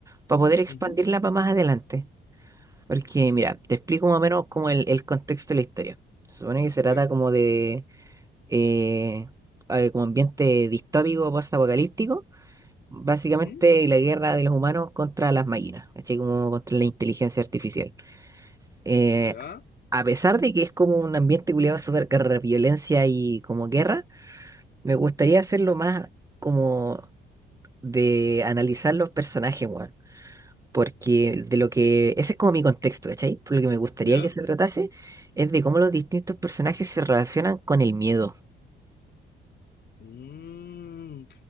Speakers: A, on the right; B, on the left.
A: para poder expandirla
B: ujú,
A: para más adelante. Porque, mira, te explico más o menos como el, el contexto de la historia. Se supone que se
B: ya,
A: trata como de eh, eh, como ambiente distópico, post-apocalíptico, básicamente
B: ujú,
A: la guerra de los humanos contra las máquinas, ¿cachai? Como contra la inteligencia artificial. Eh,
B: ya,
A: a pesar de que es como un ambiente culiado súper guerra, violencia y como guerra, me gustaría hacerlo más como de analizar los personajes, weón porque de lo que, ese es como mi contexto, ¿cachai? Por lo que me gustaría
B: ya.
A: que se tratase es de cómo los distintos personajes se relacionan con el miedo.
B: Mm,